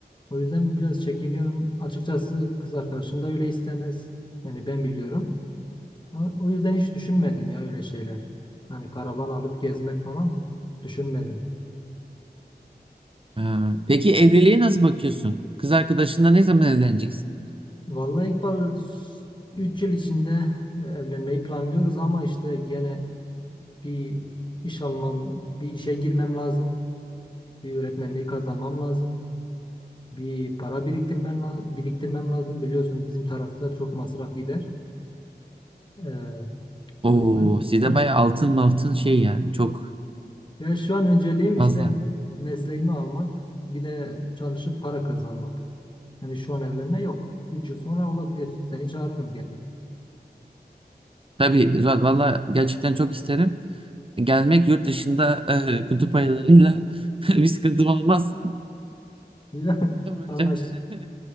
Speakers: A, on the left; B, on the right.
A: O yüzden biraz çekiniyorum. Açıkçası kız arkadaşım da öyle istemez. Yani ben biliyorum. Ama o yüzden hiç düşünmedim ya öyle şeyler. Hani karavan alıp gezmek falan düşünmedim.
B: Ee, peki evliliğe nasıl bakıyorsun? Kız arkadaşınla ne zaman evleneceksin?
A: Vallahi İkbal 3 yıl içinde e, evlenmeyi planlıyoruz ama işte gene bir iş almam, bir işe girmem lazım. Bir öğretmenliği kazanmam lazım. Bir para biriktirmem, la- biriktirmem lazım. Biliyorsun bizim tarafta çok masraf gider. Ee,
B: Oo,
A: o yüzden
B: sizde
A: ilk
B: bayağı altın altın şey yani çok
A: Yani şu an önceliğim
B: fazla.
A: işte mesleğimi almak, bir de çalışıp para kazanmak. Yani şu an evlenme yok. 3 yıl sonra olabilir. Seni çağırırım gene.
B: Tabii Zuhal valla gerçekten çok isterim. Gelmek yurt dışında e, kutup ayılarıyla <laughs> bir sıkıntım olmazsa
A: <laughs>
B: uğrayacağım
A: Anlaş.
B: yani.